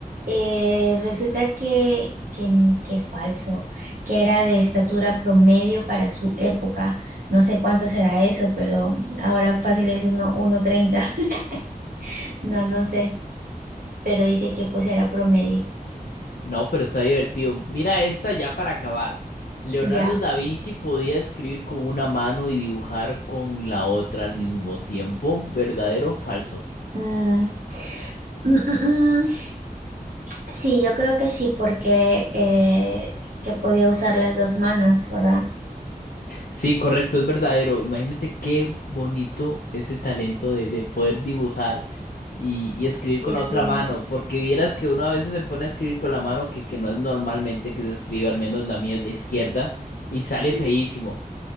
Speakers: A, on the right; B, on the left.
A: Eh, resulta que, que, que es falso, que era de estatura promedio para su época. No sé cuánto será eso, pero ahora fácil es uno- uno treinta, <laughs> No, no sé, pero dice que pues era promedio.
B: No, pero está divertido. Mira esta ya para acabar. Leonardo
A: Ya.
B: da Vinci podía escribir con una mano y dibujar con la otra al mismo tiempo. ¿Verdadero o falso?
A: Mm, mm, mm, mm. Sí, yo creo que sí, porque eh, que podía usar las dos manos, ¿verdad?
B: Sí, correcto, es verdadero. Imagínate qué bonito ese talento de, de poder dibujar y, y escribir
A: Y
B: con la
A: escribir.
B: otra mano, porque vieras que uno a veces se pone a escribir con la mano que, que no es normalmente que se escribe, al menos la mía es la izquierda, y sale
A: Mm,
B: feísimo.